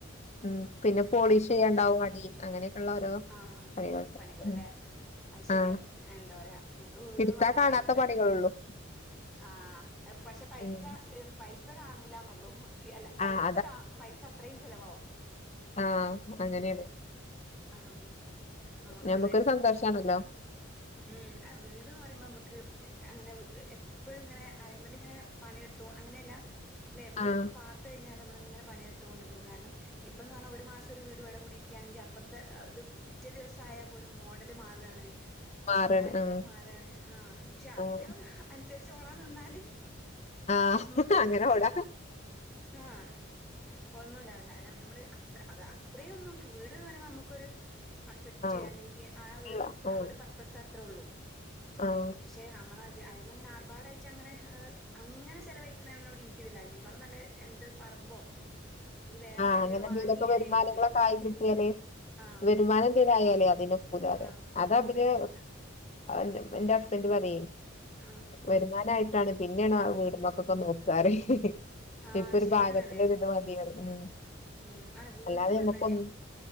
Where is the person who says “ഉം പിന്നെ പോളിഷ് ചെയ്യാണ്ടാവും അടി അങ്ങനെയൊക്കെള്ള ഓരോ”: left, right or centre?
Left